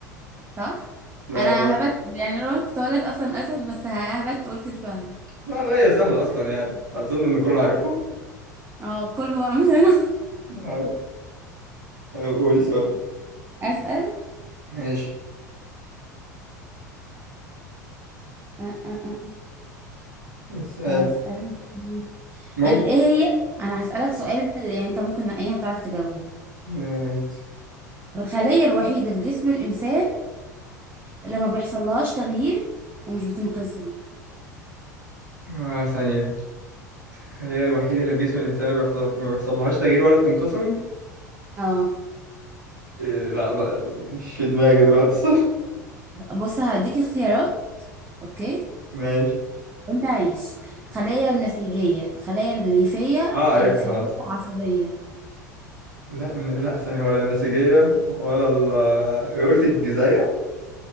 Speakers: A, on the right; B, on the right.
A: صح
B: لا
A: أنا
B: لا بس.
A: هبت يعني لو كنت أقول لك أصلا أسد بس ه- هبت قلت الفهد
B: لا لا هي سهلة أصلا يعني أظن إن كله عارفها
A: اه كله بقى مش أنا
B: عارف. طب قولي سؤال
A: <laughs> أسأل
B: ماشي
A: أه أه أه.
B: اسأل
A: هسألك ايه
B: ممكن
A: ال- ايه هي أنا هسألك سؤال يعني أنت ممكن ايه هتعرف تجاوبه
B: يا ريت
A: الخلية الوحيدة في جسم الإنسان اللي ما بيحصلهاش تغيير ومش بتنقسم
B: آه ثانية الخلية الوحيدة اللي في جسم الإنسان ما بيحصل ما بيحصلهاش تغيير ولا بتنقسم
A: اه
B: إيه لا بقى مش في دماغي دلوقتي <laughs> الصراحة
A: بص هديكي اختيارات اوكي
B: ماشي
A: وانت عايش الخلايا النسيجية الخلايا الليفية
B: اه عرفت
A: الخلايا
B: خلاص
A: العصبية
B: لا إن... لا ثانية ولا النسيجية ولا ال... قلت الجزية